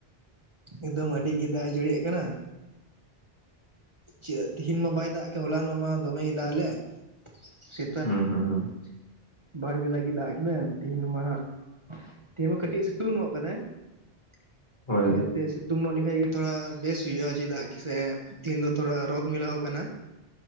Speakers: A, on the right (about 30°); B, on the left (about 50°).
A: ᱮᱠᱫᱚᱢ ᱟᱹᱰᱤ ᱜᱮ ᱫᱟᱜ ᱡᱟᱹᱲᱤᱭᱟᱜ ᱠᱟᱱᱟ ᱪᱮᱫ ᱛᱮᱦᱤᱧ ᱢᱟ ᱵᱟᱭ ᱫᱟᱜ ᱠᱮᱫ ᱦᱚᱞᱟᱱᱚᱜ ᱢᱟ ᱫᱚᱢᱮᱭ ᱫᱟᱜᱞᱮᱫ <inaudible> ᱥᱤᱼᱼ
B: ᱦᱩᱸ ᱦᱩᱸ ᱦᱩᱸ
A: ᱵᱟᱨ ᱵᱮᱞᱟ ᱜᱮ ᱫᱟᱜ ᱠᱮᱫᱟᱭ ᱛᱮᱦᱤᱧ ᱢᱟ ᱦᱟᱜ <inaudible> ᱛᱮᱦᱤᱧ ᱢᱟ ᱠᱟᱹᱴᱤᱡ ᱥᱤᱛᱩᱝ ᱱᱚᱜ ᱠᱟᱫᱟᱭ <inaudible>
B: ᱦᱳᱭ
A: ᱡᱛᱮ ᱥᱤ ᱥᱤᱩᱛᱩᱝ ᱧᱚᱜ ᱞᱮᱠᱷᱟᱱᱡ ᱜᱮ ᱛᱷᱚᱲᱟ ᱵᱮᱥ ᱦᱩᱭᱩᱜᱼᱟ ᱪᱮᱫᱟᱜ ᱥᱮ ᱛᱮᱦᱤᱱᱧ ᱫᱚ ᱛᱷᱚᱲᱟ ᱨᱚᱛ ᱢᱮᱞᱟᱣ ᱟᱠᱟᱱᱟ